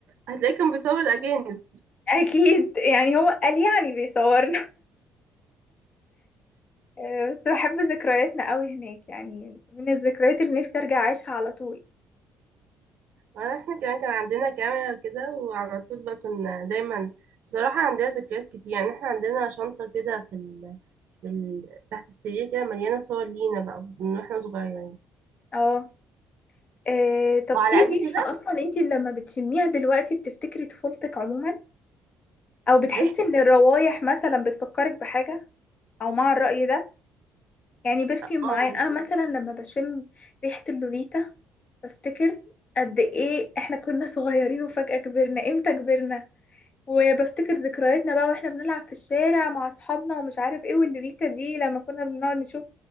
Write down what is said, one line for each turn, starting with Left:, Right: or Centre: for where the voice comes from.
Right: هتلاقي كان بيصور الأجانب
Left: اكيد يعني هو قال يعني بيصور آه، بس بحب ذكرياتنا قوي هناك يعني من الذكريات اللي نفسي ارجع اعيشها على طول
Right: احنا كمان كان عندنا كاميرا كده وعلى طول بقى كنا دايما بصراحة عندنا ذكريات كتير يعني احنا عندنا شنطة كده في ال... في ال... تحت السرير كده مليانة صور لينا بقى من واحنا صغيرين
Left: اه آه، طب
Right: وعلى
Left: في
Right: قد
Left: ريحة
Right: كده
Left: أصلا أنت لما بتشميها دلوقتي بتفتكري طفولتك عموما أو بتحسي
Right: ريحة
Left: إن الروايح مثلا بتفكرك بحاجة أو مع الرأي ده يعني برفيوم
Right: اه
Left: معين أنا مثلا لما بشم ريحة اللوليتا بفتكر قد إيه إحنا كنا صغيرين وفجأة كبرنا إمتى كبرنا وبفتكر ذكرياتنا بقى واحنا بنلعب في الشارع مع اصحابنا ومش عارف ايه والليلة دي لما كنا بنقعد نشوف